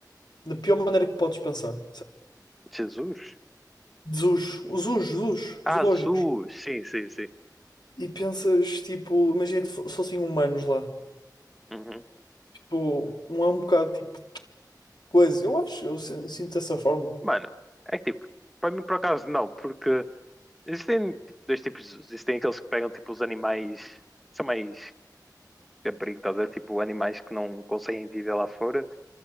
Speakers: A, on the left; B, in the centre.
A: da pior maneira que podes pensar,
B: Jesus?
A: certo?Zus, os us, os
B: Ah,
A: zoológicos.
B: Jesus! Sim, sim, sim.
A: E pensas, tipo, imagina que fo- fossem humanos lá.
B: Uhum.
A: Tipo, não é um bocado tipo de coisa. Eu acho, eu sin- sinto dessa forma.
B: Mano, é que tipo, para mim por acaso não, porque Existem tipo, dois tipos. Existem aqueles que pegam tipo os animais. São mais de abrigo, estás a ver? Tipo animais que não conseguem viver lá fora